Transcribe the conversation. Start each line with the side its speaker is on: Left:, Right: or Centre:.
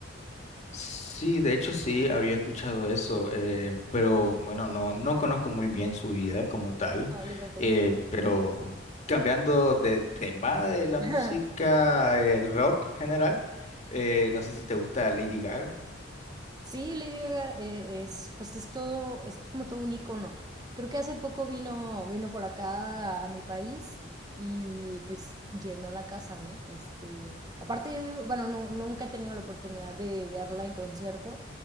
Left: Sí, de hecho sí, había escuchado eso, eh, pero bueno, no, no conozco muy bien su vida como tal,
Right: No, yo tampoco.
Left: eh, pero cambiando de tema de la
Right: <laughs>
Left: música eh, rock general, eh, no sé si te gusta Lady Gaga.
Right: Sí, Lady Gaga eh, es, pues es todo, es como todo un icono. Creo que hace poco vino, vino por acá a, a mi país y pues llenó la casa, ¿no? Este, aparte yo digo, bueno, no- nunca he tenido la oportunidad de verla en concierto,